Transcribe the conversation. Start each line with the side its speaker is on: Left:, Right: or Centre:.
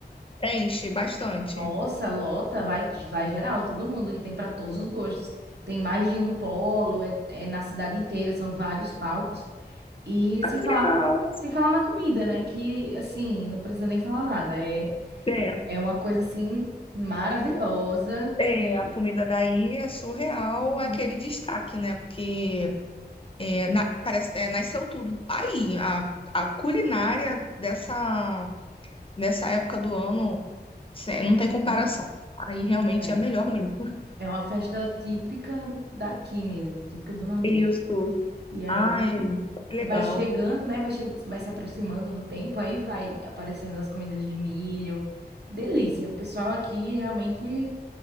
Left: Enche bastante.
Right: Nossa, lota, vai, vai geral, todo mundo, e tem para todos os gostos. Tem mais de um polo, é, é na cidade inteira, são vários palcos. E
Left: Ai,
Right: sem
Left: que
Right: falar,
Left: legal.
Right: sem falar na comida, né? Que, assim, não precisa nem falar nada. É,
Left: É,
Right: é uma coisa, assim, maravilhosa que...
Left: é, a comida daí é surreal,
Right: Uhum,
Left: é aquele destaque, né? Porque é, na- parece, é, nasceu tudo. Aí, a, a culinária dessa. nessa época do ano, cê- não tem comparação.
Right: uhum.
Left: Aí realmente
Right: É,
Left: é melhor mesmo.
Right: é uma festa típica daqui mesmo, típica do Nordeste.
Left: Isso.
Right: E aí
Left: Ai, que legal.
Right: vai chegando, né? Vai, che vai se aproximando do tempo, aí vai aparecendo as comidas de milho. Delícia. O pessoal aqui realmente